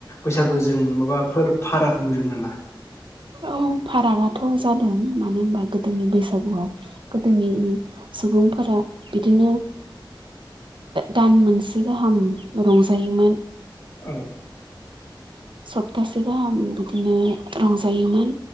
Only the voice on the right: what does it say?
औ फारागाथ' जादों मानो होनबा गोदोनि बैसागुआव गोदोनि सुबुंफोरा बिदिनो दान मोनसे गाहाम रंजायोमोन।
सप्तासे गाहाम बिदिनो रंजायोमोन